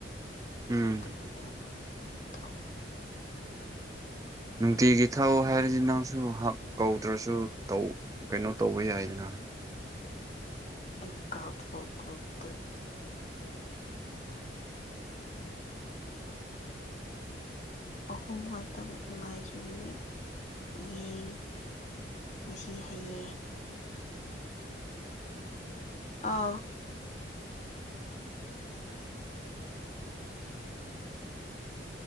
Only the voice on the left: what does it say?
ꯐꯨꯠꯇꯥꯕꯤꯗꯥ ꯑꯃꯨꯛ ꯊꯛꯑꯣ ꯍꯥꯏꯌꯣ
ꯑꯗꯨ ꯀꯥꯎꯊꯣꯛꯈ꯭ꯔꯣꯕꯥꯗꯨ ꯑꯍꯨꯝ ꯉꯥꯛꯇ ꯉꯥꯏꯈꯤꯕꯥꯅꯦ ꯌꯦꯡ ꯉꯥꯁꯤ ꯍꯥꯌꯦꯡ ꯑꯥꯎ